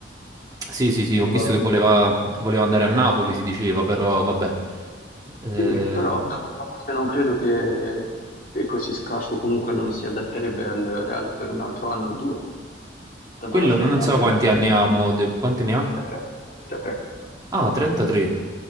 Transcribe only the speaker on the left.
se
ne
va a fine
stagione.
Sì, però dall'altra parte non credo che è così scarso, comunque non si adatterebbe al Real per un altro anno o due, tanto
alla fine
ha
33
anni.
33, 33.